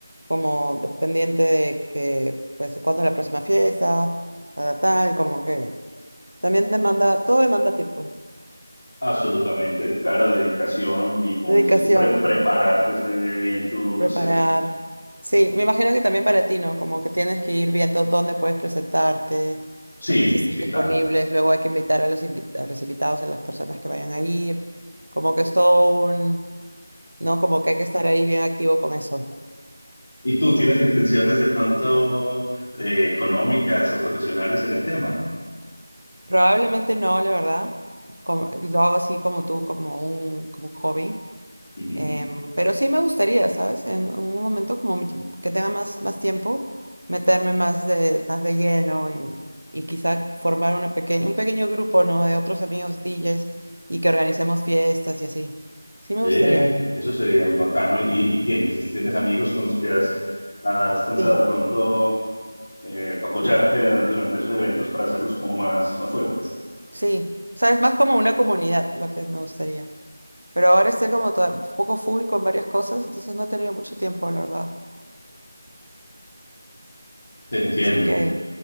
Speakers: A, on the right (about 65°); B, on the left (about 40°).
A: como de- pendiente de, de, pues, cuándo es la próxima fiesta, tal, tal, como que también demanda, todo demanda tiempo,
B: Absolutamente, claro, dedicación y como
A: dedicación.
B: dices tú, pre- preparar pues eh, bien tu, tu
A: Preparar.
B: set.
A: Sí, me imagino que también para ti, ¿no? Como que tienes que ir viendo dónde puedes presentarte,
B: Sí,
A: si están
B: sí,
A: disponibles,
B: claro.
A: luego hay que invitar a los invit a los invitados, a las personas que vayan a ir. Como que es todo un, ¿no? Como que hay que estar ahí bien activo con eso.
B: ¿Y tú tienes intenciones de pronto eh, económicas o profesionales en el tema?
A: Probablemente no, la verdad. como- lo hago así como tú, como un, como un hobby.
B: Ujú.
A: Em, pero sí me gustaría, ¿sabes? En, en un momento como mi- que tenga más, más tiempo, meterme más de, más de lleno y, y quizá formar una pequeña, un pequeño grupo, ¿no? De otros amigos DJs y que organicemos fiestas y así. Sí me
B: Bien,
A: gustaría,
B: eso sería muy bacano. ¿Y, y tienes, es- tienes amigos con los que has, has pensado
A: Sí.
B: de pronto eh, apoyarte
A: sí.
B: durante esos eventos para hacerlos como más, más fuertes?
A: Sí, ¿sabes? Más como una comunidad lo que me gustaría. Pero ahora estoy como toda- un poco full con varias cosas, entonces no he tenido mucho tiempo, la verdad.
B: Te entiendo.
A: Así que